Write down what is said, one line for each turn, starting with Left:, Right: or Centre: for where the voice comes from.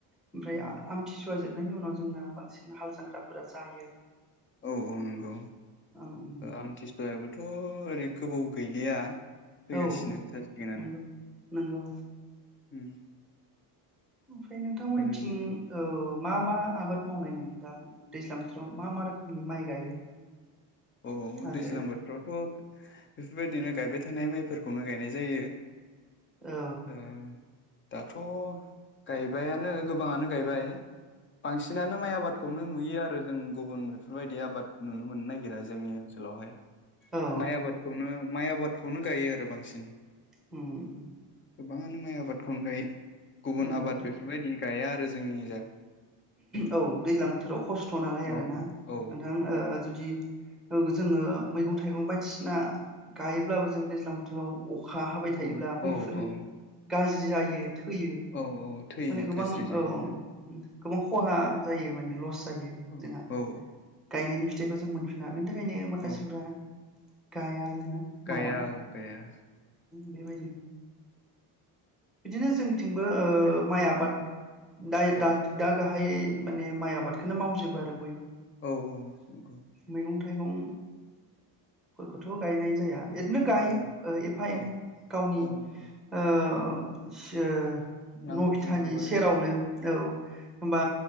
Centre: ओमफ्राय
Left: नंगौ
Centre: आमथिसुवा जोब खारनायनि उनाव जोंना बांसिन हाल जांख्राफोरा जायो आरो
Left: औ औ नंगौ
Centre: ओं
Left: आमथिसुवायाबो थ' ओरै गोबाव गैलिया फैगासिनो
Centre: औ
Left: जासिगोनानो
Centre: नंगौ नंगौ
Left: उम
Centre: ओमफ्राय नोंथांमोनथिं
Left: जोंनि
Centre: औ मा मा आबाद मावनाय नुयो? दा माने दैज्लां बोथोराव मा मा रोखोमनि? नि माइ गायो?
Left: अ अ
Centre: आरो
Left: दैज्लां बोथफ्रावथ' बेफोरबायदिनो गायबाय थानाय माइफोरखौनो गायनाय जायो।
Centre: औ
Left: अ दाथ' गायबायानो गोबाङानो गायबाय बांसिन बिसिनानो माइ आबादखौनो नुयो आरो जों गुबुन बेफोरबायदि आबाद नुनो मोननो नागिरा जोंनि ओनसोलावहाय
Centre: औ
Left: माइ आबादखौनो माइ आबादखौनो गायो आरो बांसिन
Centre: होम
Left: गोबाङानो माइ आबादखौनो गायो गुबुन
Centre: नंगौ
Left: आबाद बेफोरबायदि गाया आरो जोंनि जा
Centre: औ दैज्लां बोथोराव खस्थ' नालाय
Left: औ
Centre: आरोना नोंथां
Left: औ
Centre: ओ जुदि जोङो मैगं थाइगं बायदिसिना गायोब्लाबो जों दैज्लां बोथोराव अखा हाबाय थायोब्ला
Left: औ
Centre: बैफोर
Left: औ औ
Centre: गाज्रि जायो थैयो
Left: औ औ थैयो
Centre: माने गोबां
Left: गाज्रि जायो
Centre: औ गोबां खहा जायो माने लस ज
Left: औ
Centre: जोंहा
Left: औ
Centre: गायनायनि फि थैबा जों मोनफिना बेनि थाखायनो माखासेफ्रा
Left: औ
Centre: <unintelligible> बिनो
Left: गाया
Centre: मावा
Left: औ गाया
Centre: बेबायदिनो बिदिनो जोंनिथिंबो ओ माइ आबाद दायो
Left: औ
Centre: दा गाहाइयै माने माइ आबादखौनो मावजोबो आरो बयबो
Left: औ नंगौ
Centre: मैगं थाइगं फोरखौथ' गायनाय जाया इदिनो गायो
Left: औ
Centre: एफा
Left: औ
Centre: एनै गावनि
Left: औ नंगौ
Centre: ओ से
Left: नांगौखिनिखौ
Centre: नबिथानि
Left: आरो
Centre: सेरावनो औ होमबा